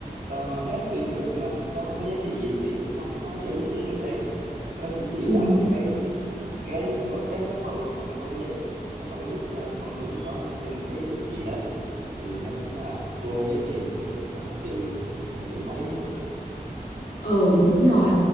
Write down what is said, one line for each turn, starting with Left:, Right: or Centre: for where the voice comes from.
Right: cho hết đi nữa nhưng mà nó không có giá trị gì thì cũng không có giải quyết được vấn đề gì hết. nó cũng chỉ
Left: ừ
Right: là một cái cái vật chất đó thôi mà nó không có giải nó không có giúp cho con người có được thêm một cái ý thức gì hết thì nó cũng là vô giá trị thôi đó thì nó- mình cũng thấy như vậy
Left: ừ đúng rồi